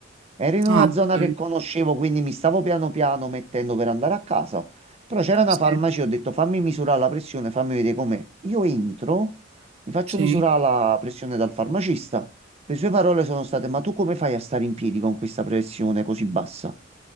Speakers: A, on the right (about 30°); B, on the right (about 85°).
A: Ero in una
B: Ah, ok,
A: zona che conoscevo, quindi mi stavo piano piano mettendo per andare a casa. Però c'era una
B: sì,
A: farmacia, ho detto fammi misurare la pressione, fammi vedere com'è. Io entro, mi faccio
B: sì.
A: misurare la pressione dal farmacista. Le sue parole sono state: Ma tu come fai a stare in piedi con questa pressione così bassa?